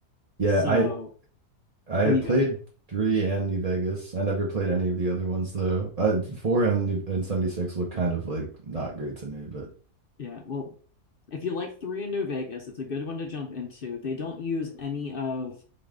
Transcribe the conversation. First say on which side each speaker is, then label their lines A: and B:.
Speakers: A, on the right; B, on the left.
A: Yeah,
B: So,
A: I I
B: oh, you
A: played
B: go.
A: three and New Vegas. I never played any of the other ones though. Uh, four and New- and 76 look kind of like not great to me, but
B: Yeah, well, if you like 3 in New Vegas, it's a good one to jump into. They don't use any of